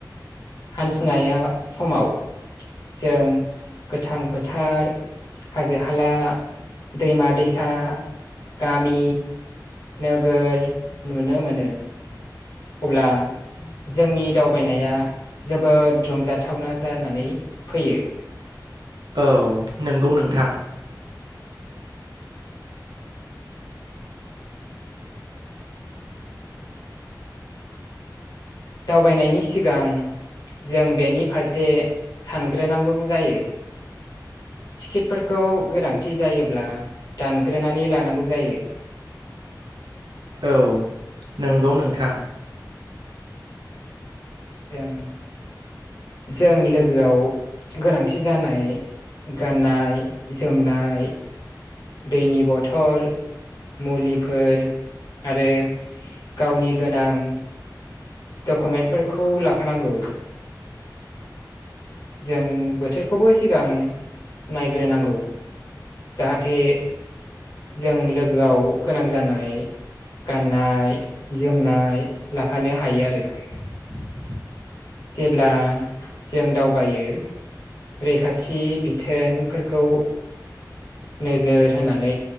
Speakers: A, on the left; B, on the right.
A: हान्थिनाया समाव जों गोथां फोथार हाजो हाला दैमा दैसा गामि नोगोर नुनो मोनो। अब्ला जोंनि दावबायनाया जोबोद रंजाथावना जानानै फैयो।
B: औ नंगौ नोंथां।
A: दावबायनायनि सिगां जों बेनि फारसे सानग्रोनांगौ जायो। टिकेटफोरखौ गोनांथि जायोब्ला दानग्रोनानै लानांगौ जायो।
B: औ नंगौ नोंथां।
A: जों जों लोगोआव गोनां थि जानाय गाननाय जोमनाय दैनि बथल मुलिफोर आरो गावनि गोनां डकुमेन्टफोरखौ लाफानांगौ। जों बोथोरखौबो सिगां नायग्रोनांगौ। जाहाथे जों लोगोआव गोनां जानाय गाननाय जोमनाय लाफानो हायो आरो
B: <inaudible>
A: जेब्ला जों दावबायो रैखाथि बिथोनफोरखौ नोजोर होनानै